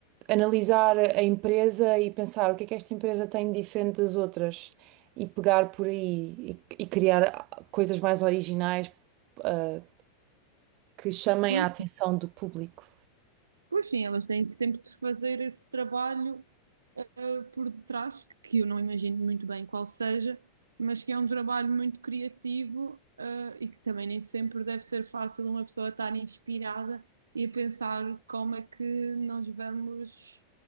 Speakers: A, on the right; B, on the right.
A: analisar a empresa e pensar o que é que esta empresa tem de diferente das outras e pegar por aí e, e criar coisas mais originais, ah, que chamem
B: depois
A: a atenção do público.
B: Pois sim, elas têm sempre de fazer esse trabalho eh, por detrás, que eu não imagino muito bem qual seja, mas que é um trabalho muito criativo eh, e que também nem sempre deve ser fácil uma pessoa estar inspirada e a pensar como é que nós vamos